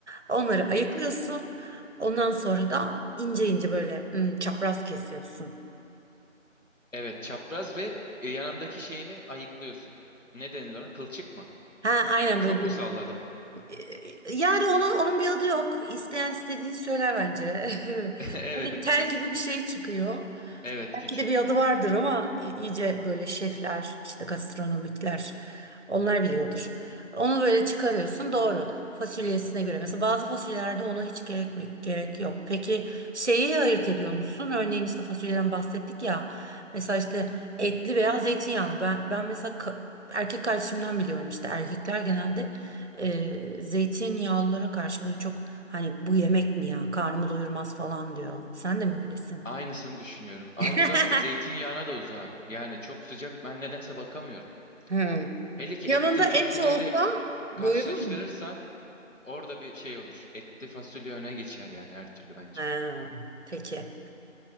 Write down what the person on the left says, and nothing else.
evet çapraz ve e, yanındaki şeyini ayıklıyorsun. Ne denilir ona? Kılçık mı?
Çok
mu salladım?
<laughs> Evet.
s-
Evet küçük.
Aynısını düşünüyorum. Aynı
zamanda zeytinyağına da uzağım. Yani çok sıcak ben nedense bakamıyorum.
Hele ki
etli
fasulyeyle
karşılaştırırsan orada bir şey olur. Etli fasulye öne geçer yani her türlü bence.